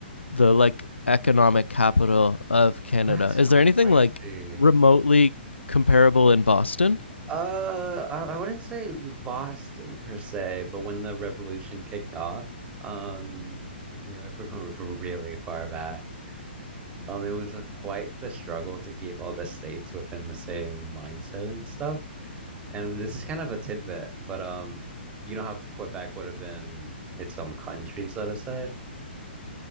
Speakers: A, on the left (about 90°); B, on the right (about 20°).
A: the like economic capital of Canada.
B: That's
A: Is there anything
B: crazy.
A: like remotely comparable in Boston?
B: Uh, I, I wouldn't say Boston per se, but when the revolution kicked off, um, you know, if <laughs> we're going really far back, um, it was uh, quite the struggle to keep all the states within the same mindset and stuff. And this is kind of a tidbit, but um, you know how Quebec would have been its own country, so to say.